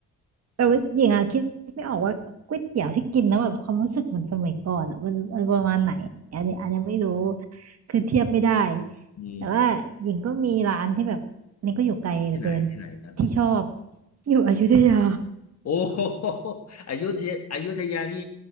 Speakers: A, on the right; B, on the left.
A: แต่ว่าหญิงอะคิดไม่ออกว่าก๋วยเตี๋ยวที่กินแล้วแบบความรู้สึกเหมือนสมัยก่อนอะมันมันประมาณไหนอันนี้อันนี้ไม่รู้คือเทียบไม่ได้
B: อืม
A: แต่ว่าหญิงก็มีร้านที่แบบอันนี้ก็อยู่ไกลเหลือเกิน
B: ที่ไหนที่ไหนครับที่ไหน
A: ที่ชอบอยู่อยุธยา
B: โอ้ <laughs> โหอยุธยาอยุธยานี่